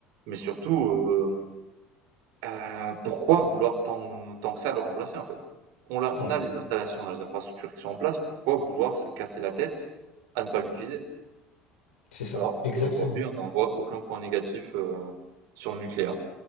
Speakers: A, on the right; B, on the left.
A: Mais surtout, heu heu, pourquoi vouloir tant tant que ça le remplacer, en fait? On l'a on
B: ouais,
A: a
B: ouais.
A: les installations, on a les infrastructures qui sont en place, pourquoi vouloir se casser la tête à ne pas l'utiliser?
B: C'est ça,
A: Alors
B: exactement.
A: qu'aujourd'hui, on n'en voit aucun point négatif, heu, sur le nucléaire.